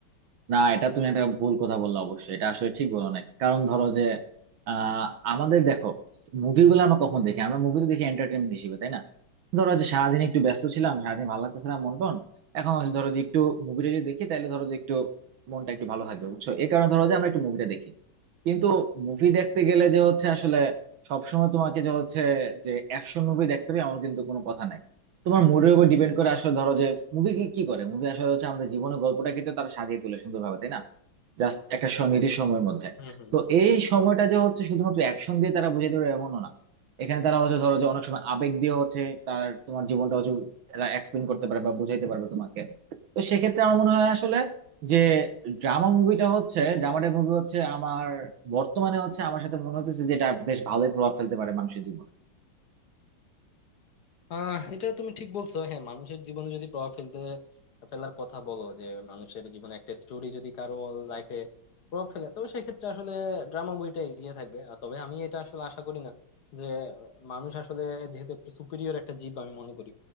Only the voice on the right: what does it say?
না এটা তুমি একটা ভুল কথা বললা অবশ্যই এটা আসলে ঠিক বলো নাই কারণ ধরো যে আহ আমাদের দেখো মুভিগুলো আমরা কখন দেখি আমরা মুভি তো দেখি এন্টারটেনমেন্ট হিসেবে তাই না ধরো যে সারাদিন একটু ব্যস্ত ছিলাম
সারাদিন ভালো লাগতেছিলাম মন টন এখন হচ্ছে ধরো যে একটু মুভিটা যদি দেখি তাহলে ধরো যে একটু মনটা একটু ভালো থাকবে বুঝছো এই কারণে ধরো যে আমরা একটু মুভিটা দেখি কিন্তু মুভি দেখতে গেলে যে হচ্ছে আসলে সবসময় তোমাকে যে হচ্ছে যে অ্যাকশন মুভি দেখতে হবে এমন কিন্তু কোনো কথা নাই তোমার মুডের উপর ডিপেন্ড করে আসলে ধরো যে মুভি কি কি করে মুভি আসলে হচ্ছে আমাদের জীবনের গল্পটাকে তো তারা সাজিয়ে তোলে সুন্দরভাবে তাই না জাস্ট একটা স- নির্দিষ্ট সময়ের মধ্যে
তো
এই সময়টা যে হচ্ছে শুধুমাত্র অ্যাকশন দিয়ে তারা বুঝিয়ে দেবে এমনও না এখানে তারা হচ্ছে ধরো যে অনেক সময় আবেগ দিয়ে হচ্ছে তার তোমার জীবনটা হচ্ছে তারা এক্সপ্লেন করতে পারবে বা বুঝাইতে পারবে তোমাকে তো সেক্ষেত্রে আমার মনে হয় আসলে যে ড্রামা মুভিটা হচ্ছে ড্রামাটিক মুভি হচ্ছে আমার বর্তমানে হচ্ছে আমার সাথে মনে হচ্ছে যেটা বেশ ভালোই প্রভাব ফেলতে পারে মানুষের জীবনে